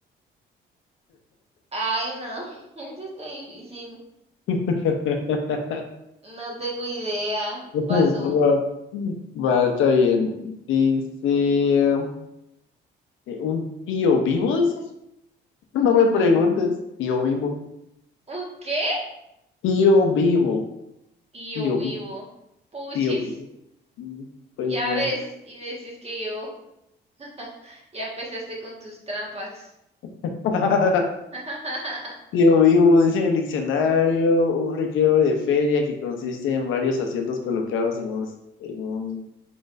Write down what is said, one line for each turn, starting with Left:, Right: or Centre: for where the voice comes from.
Right: Ay, no. <laughs> Eso está difícil.
Left: <laughs>
Right: No tengo idea.
Left: Va,
Right: Paso.
Left: va, está bien. Dice, eh, ¿un tío vivo, dices? <laughs> No
Right: ¿Un,
Left: me preguntes. Tío vivo.
Right: un qué?
Left: Tío vivo.
Right: Y
Left: Tío
Right: yo vivo.
Left: vivo.
Right: Puchis.
Left: Tío vivo. Mm, Pues
Right: Ya
Left: bueno.
Right: ves, y decís que yo. <laughs> Ya empezaste con tus trampas.
Left: <laughs>
Right: <laughs>
Left: Yo vivo, dice en el diccionario, un recreo de feria que consiste en varios asientos colocados en un, en un